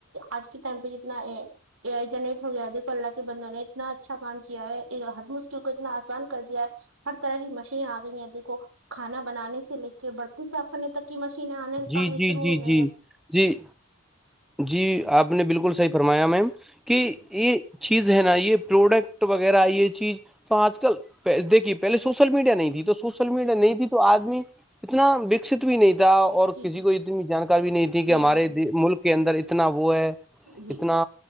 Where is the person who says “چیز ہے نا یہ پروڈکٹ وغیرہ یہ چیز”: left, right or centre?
Centre